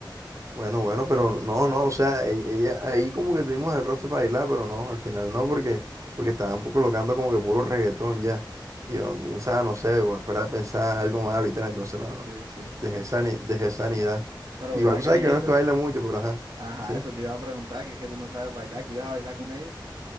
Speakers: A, on the right (about 40°); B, on the right (about 55°).
A: Bueno, bueno, pero no, no, o sea, e- ella, ahí como que tuvimos el roster para bailar, pero no, al final no, porque, porque estaban po- colocando como que puro reggaetón ya. Y yo, o sea, no sé, bueno, fuera a pensar algo más ahorita, entonces no, no,
B: Sí, sí.
A: dejé sani- dejé sanidad.
B: Pero
A: Igual
B: ven acá,
A: tú sabes
B: Jason.
A: que uno es que baila mucho, pero ajá,
B: Ajá,
A: sí.
B: eso te iba a preguntar, que es que tú no sabes bailar, que ibas a bailar con ella.